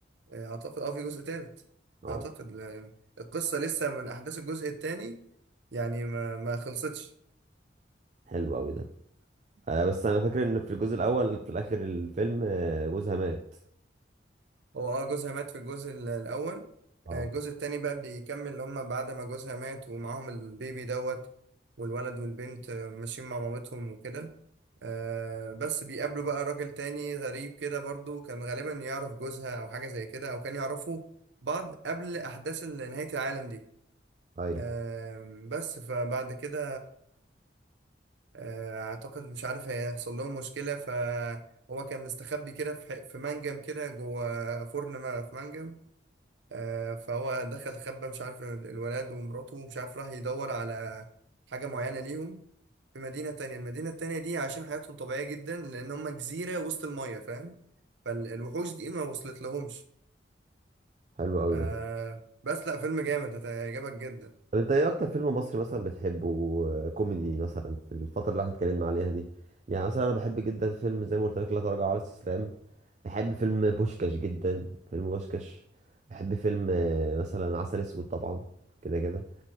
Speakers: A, on the right; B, on the right.
A: آه، أعتقد أه في جزء تالت
B: اه
A: أعتقد لا، يعني القصة لسه من أحداث الجزء التاني يعني ما ما خلصتش
B: حلو قوي ده آه بس انا فاكر ان في الجزء الاول في الاخر الفيلم آه جوزها مات
A: هو اه جوزها مات في الجزء ال- الاول
B: اه
A: آه، الجزء التاني بقى بيكمل اللي هما بعد ما جوزها مات ومعاهم البيبي دوت والولد والبنت آه، ماشيين مع مامتهم وكده آه، بس بيقابلوا بقى راجل تاني غريب كده برضو كان غالبا يعرف جوزها او حاجة زي كده او كان يعرفوا بعض قبل احداث ال- نهاية العالم دي
B: ايوه
A: آم، بس فبعد كده آه، اعتقد مش عارف هيحصل لهم مشكلة فهو كان مستخبي كده في ح- في منجم كده جوه فرن ما- في منجم آه، فهو دخل خبى مش عارف ال- الولد ومراته مش عارف راح يدور على حاجة معينة ليهم في مدينة تانية المدينة التانية دي عايشين حياتهم طبيعية جدا لأن هم جزيرة وسط المية فاهم فالوحوش دي ما وصلت لهمش
B: حلو قوي
A: آه
B: ده
A: بس لا فيلم جامد هتعجبك جدا
B: طب انت ايه اكتر فيلم مصري مثلا بتحبه كوميدي مثلا في الفتره اللي احنا اتكلمنا عليها دي يعني مثلا انا بحب جدا فيلم زي ما قلت لك لا تراجع ولا استسلام بحب فيلم بوشكاش جدا فيلم بوشكاش بحب فيلم آه، مثلا عسل اسود طبعا كده كده